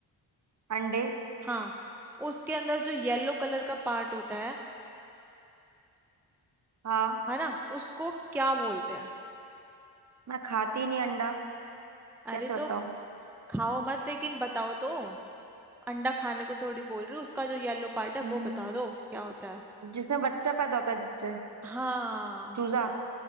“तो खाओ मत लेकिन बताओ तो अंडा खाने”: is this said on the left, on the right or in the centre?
Centre